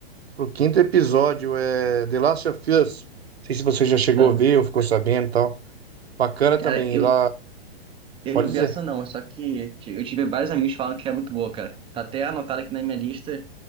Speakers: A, on the right (about 85°); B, on the right (about 15°).
A: pro quinto episódio. É The Last of Us. Não sei se você já chegou
B: Não.
A: a ver ou ficou sabendo e tal. Bacana
B: Cara,
A: também.
B: eu,
A: e Lá,
B: eu
A: pode
B: não
A: dizer.
B: vi essa não, só que eu tive vários amigos que falam que é muito boa, cara. Tá até anotado aqui na minha lista